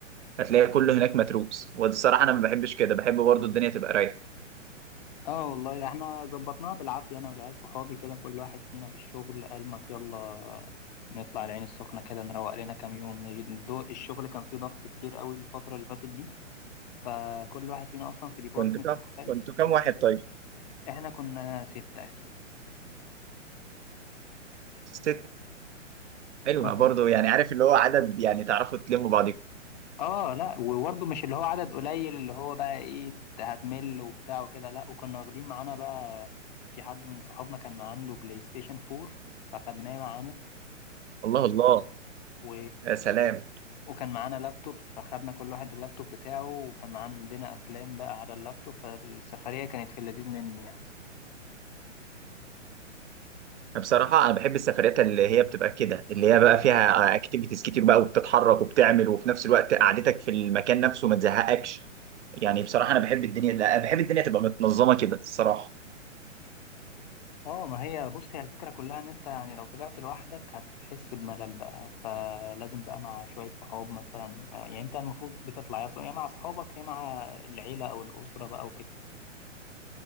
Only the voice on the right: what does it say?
هتلاقي كله هناك متروس والصراحه انا ما بحبش كده بحب برضو الدنيا تبقى رايقه
كنت كام
كنت كام واحد طيب
ست حلوه
برضو يعني عارف اللي هو عدد يعني تعرفوا تلموا بعض
الله الله
يا سلام
بصراحة أنا بحب السفريات اللي هي بتبقى كده اللي هي بقى فيها أكتيفيتيز كتير بقى وبتتحرك وبتعمل وفي نفس الوقت قعدتك في المكان نفسه ما تزهقكش يعني بصراحة أنا بحب الدنيا لا بحب الدنيا تبقى متنظمة كده الصراحة